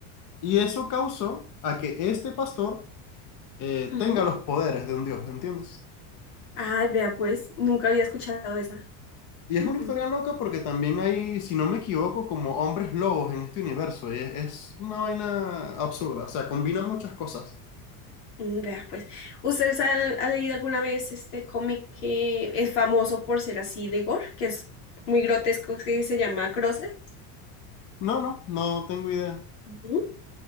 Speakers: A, on the left; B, on the left.
A: Y eso causó a que este pastor eh,
B: Ujú.
A: tenga los poderes de un dios, ¿entiendes?
B: Ay, vea pues, nunca había escuchado esa.
A: Y es
B: Mm,
A: una historia
B: mm.
A: loca porque también hay, si no me equivoco, como hombres lobos en este universo. Y es, es una vaina absurda. O sea, combina muchas cosas.
B: Mm, Vea pues, ¿ustedes han, han leído alguna vez este cómic que es famoso por ser así de gore, que es muy grotesco, que se llama Crosset?
A: No, no, no tengo idea.
B: Ujú.